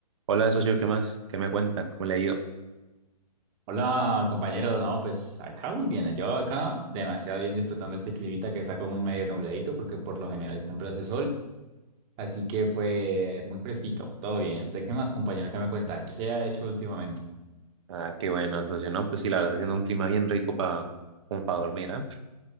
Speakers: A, on the right; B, on the right.
A: Hola, socio, ¿qué más? ¿Qué me cuenta? ¿Cómo le ha ido?
B: Hola compañero, no, pues acá muy bien, yo acá demasiado bien disfrutando este climita que está como medio nubladito porque por lo general siempre hace sol, así que pues muy fresquito, todo bien. ¿Usted qué más compañero? ¿Qué me cuenta? ¿Qué ha hecho últimamente?
A: Ah, qué bueno, socio, ¿no? Pues sí, la verdad, haciendo un clima bien rico para como para dormir, ¿ah?